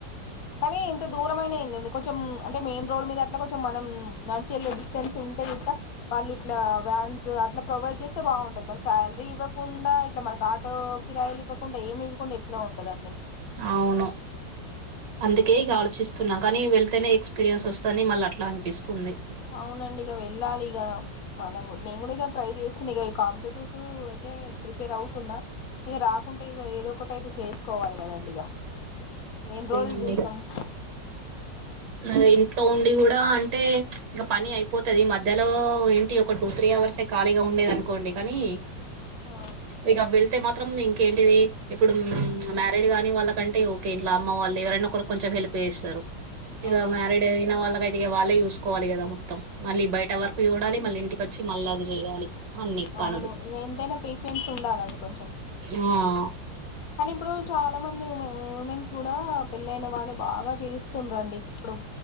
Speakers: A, on the left (about 70°); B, on the right (about 75°).
A: కానీ ఇంత దూరమైనే ఏందడి కొంచెం అంటే మెయిన్ రోడ్ మీద అట్లా కొంచెం మనం నడిచ డిస్టెన్స్ ఉంటే కూడా వాళ్ళు ఇట్లా వ్యాన్స్ అట్ల ప్రొవైడ్ చేస్తే బాగుంటది మన శాలరీ ఇవ్వకుండా ఇట్లా మనకి ఆటో కిరాయలు ఇవ్వకుండా ఏమివకుండా ఎట్ల ఉంటదండి
B: అవును అందుకే ఇగ ఆలోచిస్తున్న కానీ వెళ్తేనే ఎక్స్పీరియన్స్ వస్తుని మళ్ళీ అట్లా అనిపిస్తుంది
A: అవునండి ఇగ వెళ్ళాలీగ మనం నేను కూడా ఇ ట్రై చేస్తాను ఇక కాంపిటేటివ్ టూ అయితే ప్రిపేర్ అవుతున్న ఇక రాకుంటే ఇక ఏదో ఒకటియితే చేసుకోవాలి కదండి ఇక ఎన్ని
B: అదేనండి
A: రోజులు చూస్తము
B: ఆ ఇంట్లో ఉండి కూడా అంటే ఇంక పని అయిపోతుది మధ్యలో ఇగ ఒక టూ త్రీ అవర్స్ కలిగివుండేది అనుకోండి కానీ
A: ఆ
B: ఇక వెళ్తే మాత్రం ఇంకేంటిది ఇప్పుడు మ్యారీడ్ కాగానీ వాళ్ళకంటే ఓకే ఇంట్లో అమ్మ వాళ్ళు ఎవరైనా ఒకరూ కొంచెం హెల్ప్ చేస్తరు ఇగ
A: అవునండి
B: మ్యారీడ్ అయిన వాళ్ళకైతే వాళ్ళే చూసుకోవాలి కద మత్త మళ్ళీ బయట వరకు చూడాల మళ్ళీ ఇంటిక చ్చి మళ్ళ అది చెయలి అన్ని పనులు
A: అవును ఎంతైనా పేషిన్స్ ఉండాలండి కొంచెం
B: ఆ
A: కానీ ఇప్పుడు చాలా మంది ఉమె ఉమెన్స్ కూడా పెళ్ళయిన వాళ్ళే బాగా చేయిస్తుంరండి ఇప్పుడు